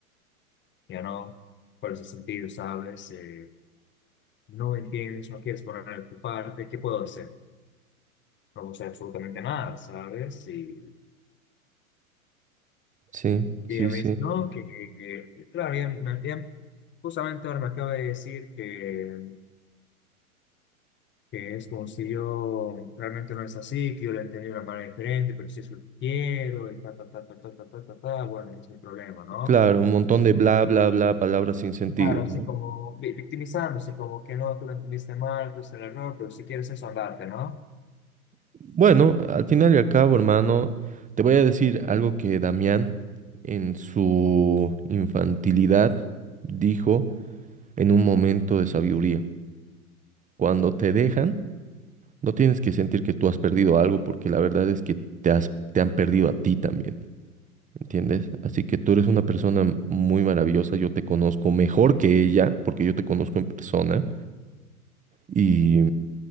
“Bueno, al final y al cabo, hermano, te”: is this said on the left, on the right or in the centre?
Right